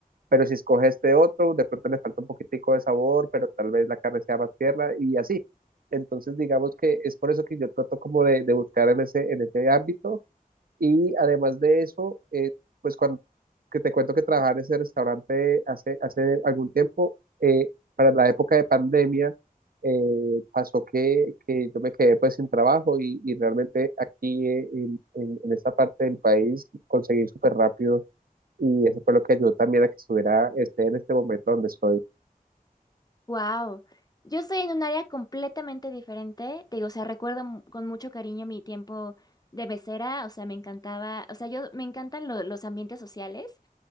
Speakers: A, on the right; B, on the left.
A: pero si escoge este otro, de pronto le falta un poquitico de sabor, pero tal vez la carne sea más tierna y así. Entonces, digamos que es por eso que yo trato como de, de buscar en ese, en ese ámbito y además de eso, eh, pues cuando que te cuento que trabajaba en ese restaurante hace, hace algún tiempo, eh, para la época de pandemia, eh, pasó que, que yo me quedé pues sin trabajo y, y realmente aquí eh, en, en, en esta parte del país conseguí súper rápido y eso fue lo que ayudó también a que estuviera este en este momento donde estoy.
B: Wow, yo estoy en un área completamente diferente. Te digo, o sea, recuerdo mu- con mucho cariño mi tiempo de becera, o sea, me encantaba, o sea, yo me encantan lo- los ambientes sociales.